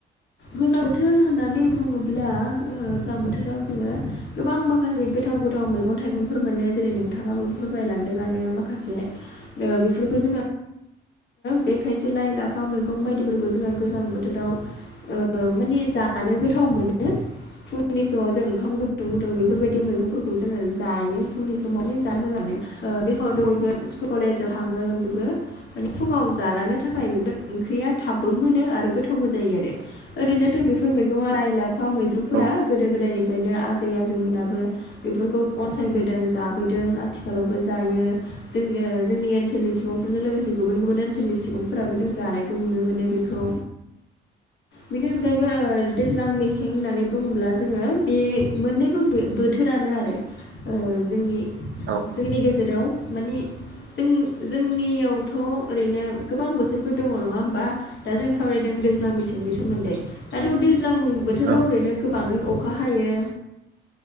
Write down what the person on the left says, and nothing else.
गोजां बोथोर होननानै बुङोब्ला ओ गोजां बोथोराव जोङो गोबां मा खासे गोथाव गोथाव मैगं थाइगंफोर मोनो जेरै नोंथाङाबो फोरमायलांदोंआनो माखासे ओ बेफोरखौ जोङो बे खायसे लाइ लाफा मैगं बायदिफोरखौ जोङो गोजां बोथोराव ओ माने जानो गोथाव मोनो। फुंनि समाव जों ओंखाम गुदुं गुदुं बेफोरबायदि मैगंफोरखौ जोंङो जायो फुंनि समाव माने जानो मोजां मोनो। ओ बे समावथ' बयबो स्कुल कलेजाव थाङो बयबो। <unintelligible> फुंङाव जालांनो थाखाय बेफोर ओंख्रिया थाबबो मोनो आरो गोथावबो जायो आरो। ओरैनो दुबिफोर मैगंफोरा लाइ लाफा मैद्रुफोरा
गोदो गोदायनिफ्रायनो आजै आजौमोनाबो बेफोरखौ अनसायबोदों जाबोदों आथिखालावबो जायो जों ओ जोंनि ओनसोलनि सुबुंफोरजों लोगोसे गुबुन गुबुन ओनसोलनि सुबुंफोराबो जों जानायखौ नुनो मोनो बेखौ।
बेनि अनगायैबो ओ दैज्लां मेसें होननानै बुङोब्ला जोङो बे मोननैबो बो-बो थोरानो आरो। ओ जोंनि
जोंनि गेजेराव मानि जों-जोंनियाव थ' ओरैनो गोबां बोथोरफोर दंङ नङा होमबा। दा जों सावरायदों दैज्लां मेसेंनि सोमोन्दै। दाथ' दैज्लां बोथोराव
ओरैनो गोबांङै अखा हायो।